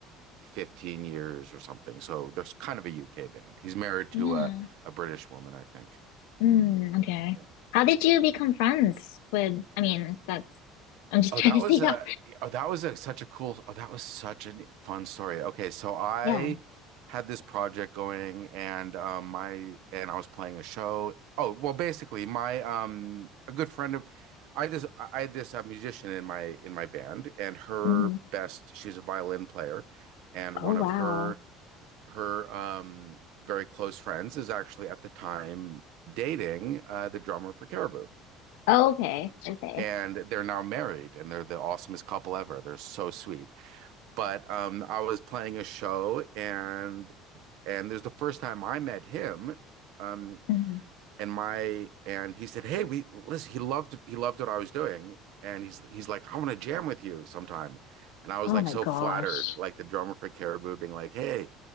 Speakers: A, on the right (about 75°); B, on the left (about 85°).
A: 15 years or something. So there's kind of a UK band. He's married
B: Yeah.
A: to a, a British woman, I think.
B: Mm, okay.
A: Yeah.
B: How did you become friends with, I mean, that's I'm just
A: Oh,
B: <laughs> trying
A: that
B: to see
A: was
B: how.
A: a oh, that was a, such a cool oh, that was such a fun story. Okay, so I
B: Yeah.
A: had this project going and um my and I was playing a show. Oh, well, basically my um a good friend of I just I had this uh, musician in my in my band and her
B: hmm
A: best she's a violin player and
B: Oh,
A: one
B: wow.
A: of her her um, very close friends is actually at the time dating uh, the drummer for Caribou.
B: Oh, okay. Okay.
A: And they're now married and they're the awesomest couple ever. They're so sweet. But um, I was playing a show and and there's the first time I met him. Um,
B: hmm
A: and my and he said, "Hey, we listen." He loved he loved what I was doing, and he's he's like, "I want to jam with you sometime," and I was
B: Oh
A: like
B: my
A: so
B: gosh.
A: flattered, like the drummer for Caribou being like, "Hey,